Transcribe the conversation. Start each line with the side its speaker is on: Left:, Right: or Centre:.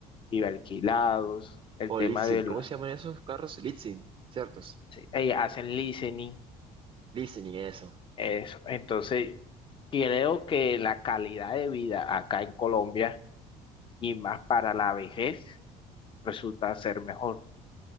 Left: y alquilados, el
Right: O
Left: tema
Right: leasing,
Left: del...
Right: ¿cómo se llaman esos carros? Leasing, ¿ciertos?
Left: eh, Hacen leasing,
Right: Leasing y eso,
Left: Eso. Entonces, creo que la calidad de vida acá en Colombia y más para la vejez resulta ser mejor.